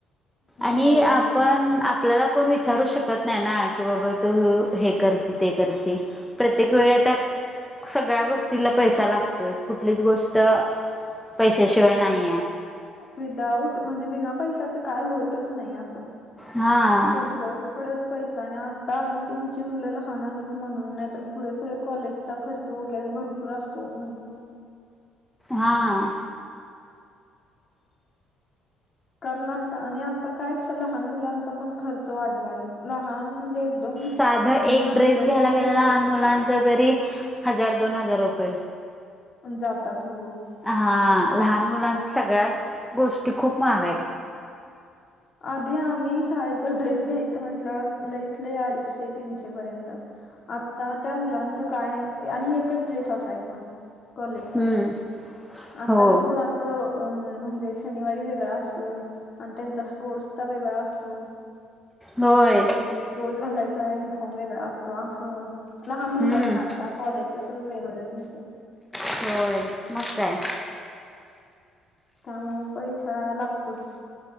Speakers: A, in the centre; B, on the left.
A: आणि
B: होय.
A: आपण आपल्याला कोण विचारू शकत नाही ना की, बाबा तू हे करते, ते करते प्रत्येक वेळी आता सगळ्या गोष्टीला पैसा लागतोय कुठलीच गोष्ट पैशाशिवाय नाहीये.
B: विदाउट म्हणजे बिना पैशाचा काय होतच नाही असं...
A: हा
B: सगळं एक कडच पैसा आणि आता अजून तुमची मुलं लहान आहेत म्हणून नाहीतर पुढे पुढे कॉलेज् जचा खर्च वगैरे भरपूर असतो भरपूर.
A: हां
B: कारण आता आणि आता काय लहान मुलांचा पण खर्च वाढलायच लहान म्हणजे एकदम
A: साध
B: अ
A: एक
B: नर्सरी
A: ड्रेस घ्यायला गेल
B: एल
A: लहान
B: केजी युकेजी
A: मुलांच जरी हजार दोन हजार रुपये.
B: जातात हो
A: हा लहान मुलांचा सगळ्याच गोष्टी खूप महाग आहेत.
B: आधी आम्ही शाळेचा ड्रेस घ्यायच म्हटलं लयीतलय अडीशे तीनशे पर्यंत. आत्ताच्या मुलांचं काय... आणि एकच ड्रेस असायचा. कॉलेजचा.
A: हम्म.
B: आत्ताच्या
A: हो.
B: पोरांचं अ म्हणजे शनिवारी वेगळा असतोय आणि त्यांचा स्पोर्ट्सचा वेगळा असतो.
A: होय
B: आणि रोज घालायचा युनिफॉर्म वेगळा असतो असं लहान
A: हम्म.
B: मुलांनाचा.. कॉलेजच्या तर वेगळाच विषय
A: होय. मग काय
B: त्यामुळे पैसा लागतोच